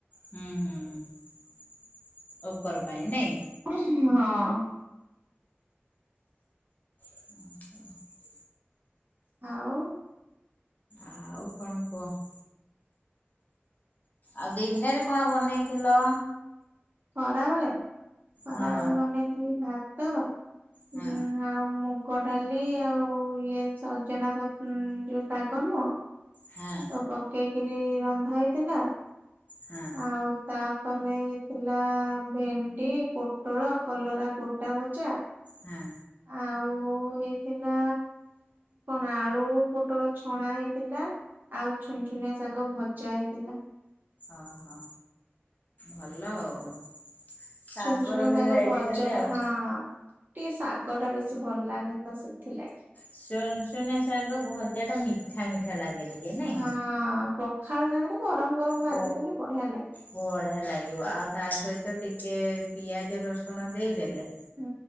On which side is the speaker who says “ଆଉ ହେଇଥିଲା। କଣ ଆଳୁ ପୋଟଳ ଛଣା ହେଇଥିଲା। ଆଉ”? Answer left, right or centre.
Right